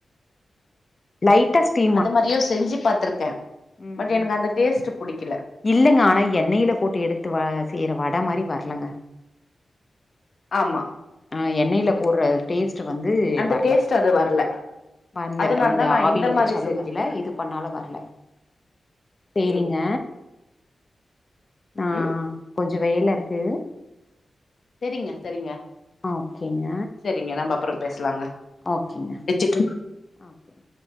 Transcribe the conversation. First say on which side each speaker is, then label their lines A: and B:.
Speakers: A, on the left (about 40°); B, on the left (about 70°).
A: லைட்ட ஸ்டீ
B: அது மாரியு செஞ்சு பாத்துருக்க
A: ம்
B: பட் எனக்கு
A: ம்
B: அந்த டேஸ்ட் புடிக்கல
A: இல்லங்க ஆனா எண்ணெயில போட்டு எடுத்து வ செய்யற வட மாரி வரலங்க
B: ஆமா
A: ஆ எண்ணெயில போடுற டேஸ்ட்டு வந்து
B: அந்த
A: வரல
B: டேஸ்ட் அது வரல
A: வந்து
B: அதனால
A: அந்து
B: தா நா
A: ஆவியில
B: இந்த மாரி
A: வச்சாலு
B: செஞ்சுட்டே
A: வரல இது பண்ணாலும் வரல சேரிங்க
B: ம்
A: ஆஹ்
B: ம்
A: கொஞ்ச வேல இருக்கு
B: சேரிங்க சேரிங்க
A: ஓகேங்க
B: சேரிங்க நம்ம அப்புற பேசலாங்க
A: ஓகேங்க
B: <unintelligible>
A: ஒகேங்க